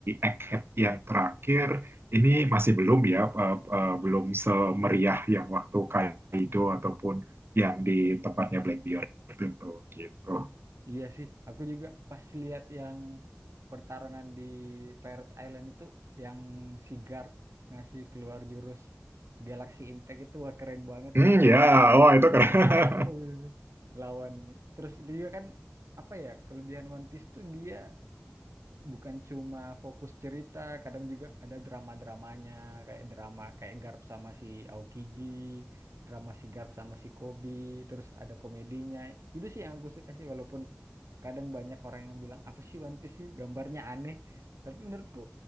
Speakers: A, on the right; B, on the right.
A: Egghead yang terakhir ini masih belum ya, eh, eh, belum semeriah yang waktu Kaido ataupun yang di tempatnya Blackbeard tentu gitu.
B: Iya sih, aku juga pas lihat yang pertarungan di Pirate Island itu yang si guard ngasih keluar jurus Galaxy Impact itu wah keren banget
A: Hmm
B: itu kayak
A: ya, wah itu keren.
B: wow gitu. Lawan terus itu juga kan apa ya kelebihan One Piece tuh dia bukan cuma fokus cerita, kadang juga ada drama-dramanya, kayak drama kayak Garp sama si Aokiji, drama si Garp sama si Kobi, terus ada komedinya. Itu sih yang aku suka sih, walaupun kadang banyak orang yang bilang, apa sih One Piece sih, gambarnya aneh. Tapi menurutku